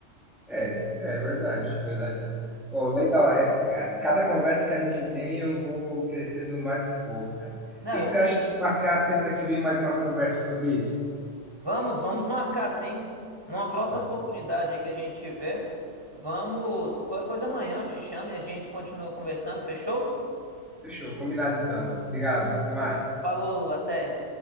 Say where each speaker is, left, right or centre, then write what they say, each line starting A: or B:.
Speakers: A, in the centre; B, on the right (about 20°).
A: É, é verdade, verdade. Pô, legal. É, ca- cada conversa que a gente tem, eu vou crescendo mais um pouco, cara.
B: Não,
A: O que
B: eu
A: que você
B: também,
A: acha de
B: com
A: marcar
B: certeza.
A: semana que vem mais uma conversa sobre isso?
B: Vamos, vamos marcar sim. Numa próxima
A: Ah,
B: oportunidade aí que a gente tiver, vamos. Qualquer coisa amanhã eu te chamo e a gente continua conversando, fechou?
A: fechou, combinado então. Obrigado, até mais.
B: Falou, até.